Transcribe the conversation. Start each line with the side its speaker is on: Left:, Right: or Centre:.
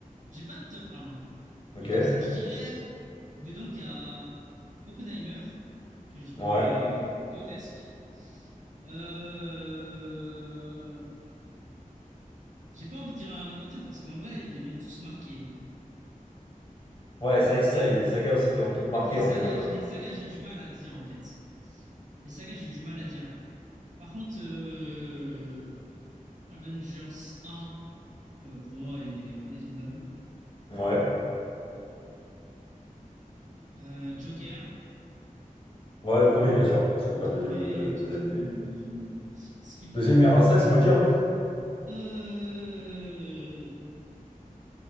Right: J'ai pas de top un.
Left: Ok.
Right: Mon top 5, je dirais. Dedans, qu'il y a Oppenheimer, que j'ai trouvé
Left: Ouais.
Right: grotesque. Euh... J'ai pas envie de dire un Harry Potter parce qu'en vrai, ils m'ont tous marqué.
Left: Ouais, c'est vrai que c'est ça,
Right: Ouais.
Left: il y a des sagas aussi qui ont tout marqué
Right: En fait, les sagas,
Left: en fait. euh,
Right: les sagas, j'ai du mal à dire en fait. Les sagas, j'ai du mal à dire. Par contre, euh, Avengers 1, euh, pour moi, est indétrônable.
Left: Ouais.
Right: Euh, Joker
Left: Ouais, le premier,
Right: 1,
Left: bien sûr. Parce
Right: j'ai
Left: que pas
Right: trouvé,
Left: le deuxième, le deux- le deuxième
Right: trop trouvé
Left: est.
Right: le deuxième et skip.
Left: Deuxième est un sax, faut le dire. hein.
Right: Euh,